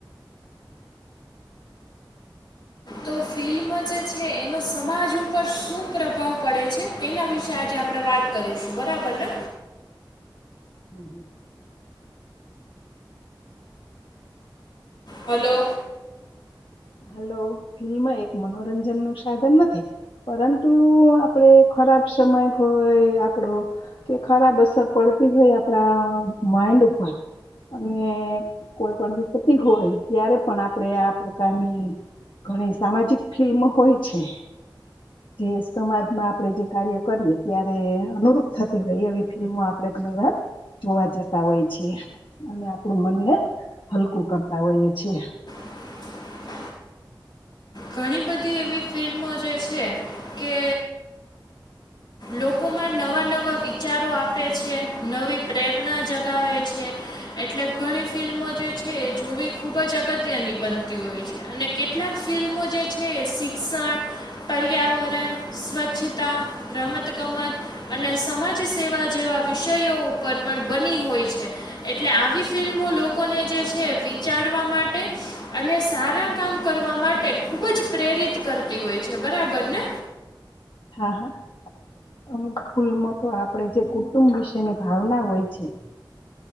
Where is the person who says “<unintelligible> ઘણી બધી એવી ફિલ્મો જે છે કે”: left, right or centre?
Left